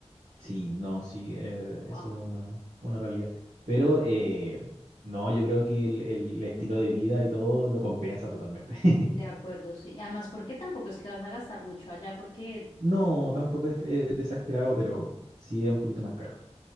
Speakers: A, on the right; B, on the left.
A: Sí, no, sí, eh,
B: Wow.
A: eso es una, una realidad. Pero eh, no, yo creo que el, el estilo de vida y todo lo compensa totalmente. <laughs>
B: De acuerdo, sí. Además, porque tampoco es que vas a gastar mucho allá, porque,
A: No,
B: pues, mm,
A: tampoco es eh, desesperado, pero sí es un poquito más caro.